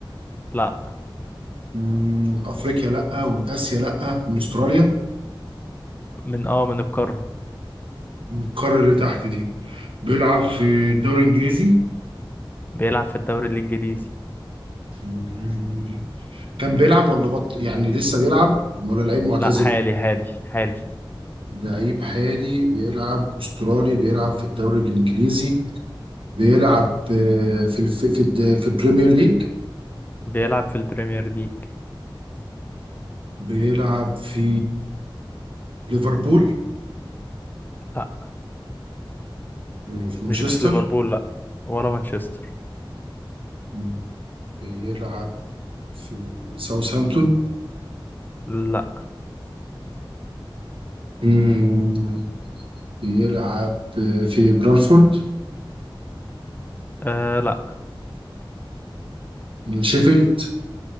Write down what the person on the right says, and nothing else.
من أفريقيا لأ ومن آسيا لأ من أستراليا
من القارة اللي تحت دي بيلعب في الدوري الإنجليزي
مم. كان بيلعب ولا بطل يعني لسه بيلعب ولا لعيب معتزل
لعيب حالي بيلعب أسترالي بيلعب في الدوري الإنجليزي بيلعب آه، في الف- في الد- في البريمير ليج
بيلعب في ليفربول
آه، في مانشستر
مم. بيلعب في ساوثهامبتون
مم. بيلعب في برانفورد
شيفيلد